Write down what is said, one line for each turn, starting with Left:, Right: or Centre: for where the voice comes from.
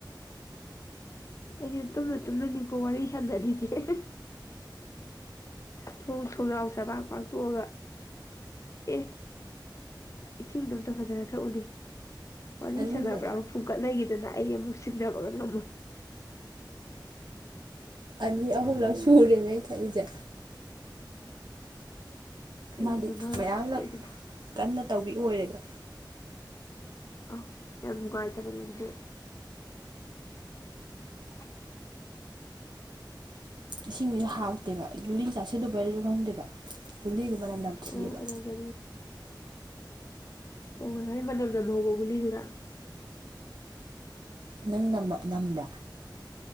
Left: ꯑꯩꯁ ꯇꯨꯝꯅ ꯇꯨꯝꯅꯅꯤꯀꯣ ꯋꯥꯔꯤ ꯁꯥꯟꯅꯔꯤꯅꯦꯦ ꯊꯣꯡ ꯊꯣꯡꯅꯥꯎ ꯁꯕꯥꯛ ꯐꯥꯥꯛꯊꯣꯛꯑꯒ ꯑꯦ ꯏꯁꯤꯡꯗꯣ ꯑꯝꯇ ꯐꯖꯅ ꯊꯛꯎꯅꯤ ꯋꯥꯔꯤ
Right: ꯑꯅꯤꯒ
Left: ꯁꯥꯟꯅꯕ꯭ꯔꯥ ꯐꯨꯝꯀꯠ ꯂꯩꯈꯤꯗꯅ ꯑꯩ ꯑꯃꯨꯛ ꯁꯤꯡꯅꯕꯒ ꯉꯝꯃꯣꯏ
Right: ꯑꯅꯤ ꯑꯍꯨꯝꯂꯁꯨꯔꯦꯅꯦ ꯊꯥꯏꯖꯦ
Left: ꯎ ꯀꯩꯒꯤ
Right: ꯃꯥꯗꯤ
Left: ꯃ ꯑꯩꯈꯣꯏꯗꯅꯣ
Right: ꯃꯌꯥꯝꯂꯛ ꯀꯟꯅ ꯇꯧꯕꯤ ꯑꯣꯏꯔꯦꯕ
Left: ꯑ ꯌꯥꯝꯒꯥꯏ ꯇꯕꯨꯅꯤꯗ <inaudible>
Right: ꯏꯁꯤꯡꯁꯤꯁꯨ ꯍꯥꯎꯇꯦꯕ ꯨꯂꯤ ꯆꯥꯁꯤꯗꯕ ꯑꯣꯏꯔꯁꯨ ꯈꯪꯗꯦꯕ ꯒꯨꯂꯤꯗꯨ ꯃꯅꯝ ꯅꯝꯊꯤꯑꯕ
Left: ꯑ ꯑꯔꯕ ꯑꯣ ꯃ ꯍꯧꯕꯣꯒꯂꯤꯖꯔꯥ
Right: ꯅꯪ ꯅꯝꯕ꯭ꯔꯥ